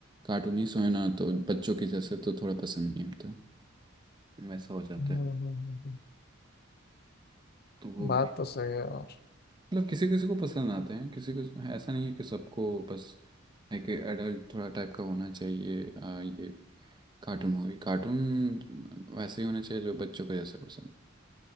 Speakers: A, on the right (about 20°); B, on the left (about 50°).
A: कार्टूनी सो है ना तो बच्चों की जैसे तो थोड़ा पसंद नहीं आता वैसा हो जाता
B: हम्म,
A: है
B: हम्म, हम्म, हम्म।
A: तो वो
B: बात
A: भी
B: तो सही है यार
A: मतलब किसी किसी को पसंद आते हैं किसी को ऐसा नहीं है कि सबको बस है कि एडल्ट थोड़ा टाइप का होना चाहिए अ, ये कार्टून मूवी कार्टून वैसे ही होना चाहिए जो बच्चों को जैसे पसंद